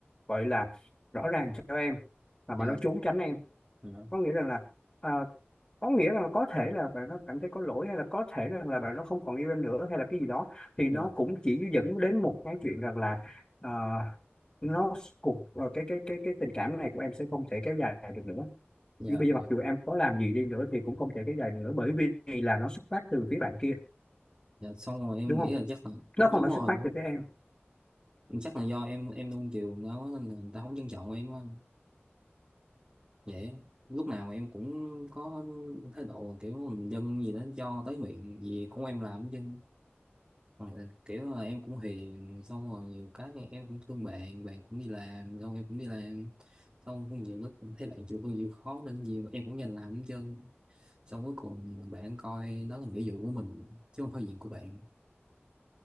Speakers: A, on the left; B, on the right.
A: gọi là rõ ràng cho em mà bạn
B: nhờ
A: nó trốn tránh em
B: nhờ
A: có nghĩa rằng là ờ, có nghĩa rằng là có thể là bạn nó cảm thấy có lỗi hay là có thể rằng là bạn nó không còn yêu em nữa hay là cái gì đó thì
B: nhờ
A: nó cũng chỉ dẫn đến một cái chuyện rằng là ờ, nó cuộc ờ, cái cái cái cái tình cảm này của em sẽ không thể kéo dài được nữa
B: nhờ
A: Vì bây giờ
B: nhờ
A: mặc dù em có làm gì đi nữa thì cũng không thể kéo dài được nữa bởi vì là nó xuất phát từ phía bạn kia
B: nhờ xong rồi em
A: đúng
B: nghĩ
A: không
B: là chắc là đúng
A: nó không phải
B: rồi
A: xuất phát
B: đúng
A: từ
B: không?
A: phía em
B: chắc là do em em nuông chiều người ta quá nên là người ta không trân trọng em á vậy lúc nào em cũng có thái độ kiểu mình dân gì đó cho tới miệng gì cũng em làm chứ Hoặc là kiểu là em cũng hiền xong rồi nhiều cái thì em cũng thương bạn bạn cũng đi làm xong em cũng đi làm xong cũng nhiều lúc cũng thấy bạn chịu công việc khó nên nhiều em cũng nhanh làm hết trơn xong cuối cùng bạn coi đó là nghĩa vụ của mình chứ không phải việc của bạn